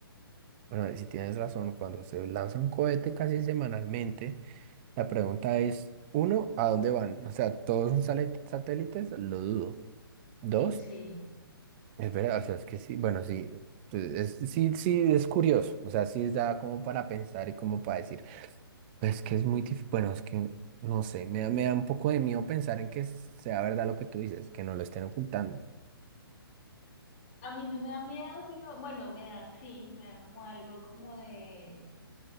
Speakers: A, on the right; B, on the left.
A: Bueno, si tienes razón, cuando se lanza un cohete casi semanalmente, la pregunta es, uno, ¿a dónde van? O sea, ¿todos son sale- satélites? Lo dudo. Dos,
B: Sí.
A: es verdad, o sea, es que sí, bueno, sí, pues, es, sí, sí, es curioso, o sea, sí da como para pensar y como para decir, pues que es muy difícil, bueno, es que, no sé, me da, me da un poco de miedo pensar en que sea verdad lo que tú dices, que no lo estén ocultando.
B: A mí no me da miedo, sino, bueno, me da, sí, me da como algo como de,